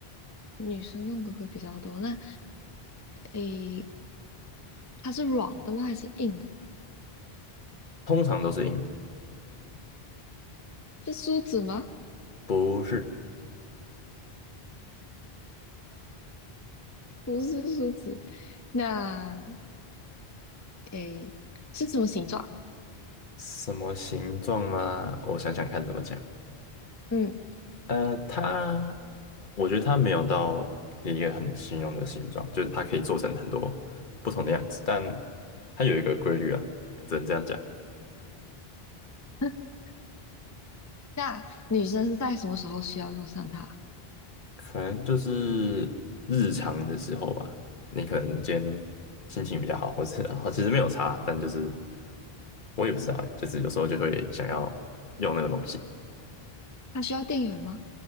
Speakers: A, on the left (about 20°); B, on the left (about 50°).
A: 女生用的会比较多。那诶，它是软的吗？还是硬的？
B: 通常都是硬的，
A: 是梳子吗？
B: 不是。
A: <laughs> 不是梳子，那诶，是什么形状？
B: 什么形状吗？我想想看怎么讲。
A: 嗯，
B: 呃，它，我觉得它没有到一个很形容的形状，就是它可以做成很多不同的样子，但它有一个规律啊，只能这样讲。
A: <laughs> 那女生是在什么时候需要用上它？
B: 可能就是日常的时候吧，你可能今天心情比较好，或者然其实没有差，但就是我也不知道欸就是有时候就会想要用那个东西，
A: 它需要电源吗？